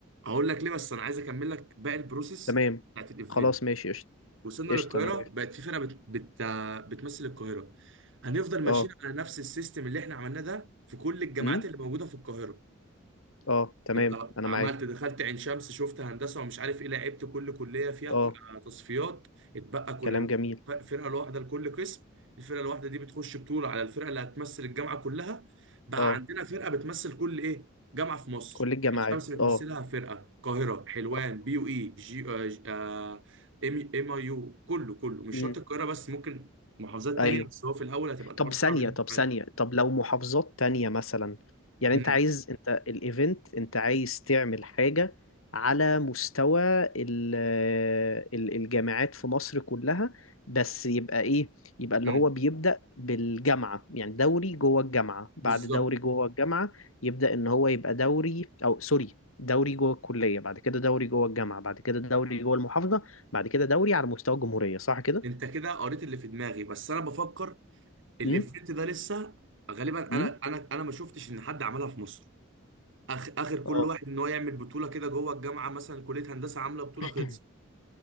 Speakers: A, on the right (about 65°); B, on the left (about 80°).
A: هقول لك ليه بس انا عايز اكمل لك باقي البروسيس
B: تمام
A: بتاعت الايفنت
B: خلاص ماشي قشطه
A: وصلنا
B: قشطه
A: للقاهره
B: انا موافق
A: بقت في فرقه بت... بت... بتمثل القاهره هنفضل ماشيين
B: اه
A: على نفس السيستم اللي احنا عملناه ده في كل الجامعات
B: امم
A: اللي موجوده في القاهره
B: اه تمام
A: يبقى
B: انا
A: عملت
B: معاك
A: دخلت عين شمس شفت هندسه ومش عارف ايه لعبت كل كليه فيها
B: اه
A: ك- آه، تصفيات اتبقى كل
B: كلام جميل
A: ف- فرقه لوحده لكل قسم الفرقه الواحده دي بتخش بطوله على الفرقه اللي هتمثل الجامعه كلها بقى
B: اه
A: عندنا فرقه بتمثل كل ايه جامعه في مصر
B: كل الجماعات
A: عين شمس بتمثلها
B: اه
A: فرقه القاهره حلوان
B: آه.
A: بي يو اي جي آه، ج- آه، ام ام اي يو كله كله مش
B: امم
A: شرط القاهره بس ممكن محافظات
B: ايوه
A: تانية بس هو في الاول هتبقى الحوار
B: طب
A: صعب
B: ثانية
A: إن إنت
B: طب ثانية
A: تعملها.
B: طب لو محافظات تانية مثلا يعني
A: امم
B: انت عايز انت الايفنت انت عايز تعمل حاجة على مستوى ال- ال- الجامعات في مصر كلها بس يبقى ايه يبقى اللي
A: امم
B: هو بيبدأ بالجامعة يعني دوري جوه الجامعة بعد
A: بالظبط
B: دوري جوه الجامعة يبدأ ان هو يبقى دوري او سوري دوري جوه الكلية بعد كده دوري جوه الجامعة بعد كده دوري جوه المحافظة بعد كده دوري على مستوى الجمهورية صح كده؟
A: انت كده قريت اللي في دماغي بس انا بفكر الافكت
B: امم
A: ده لسه غالبا
B: امم
A: انا انا انا ما شفتش ان حد عملها في مصر آخ اخر كل
B: اه
A: واحد ان هو يعمل بطوله كده جوه الجامعه مثلا كليه هندسه عامله بطوله
B: <coughs>
A: خلص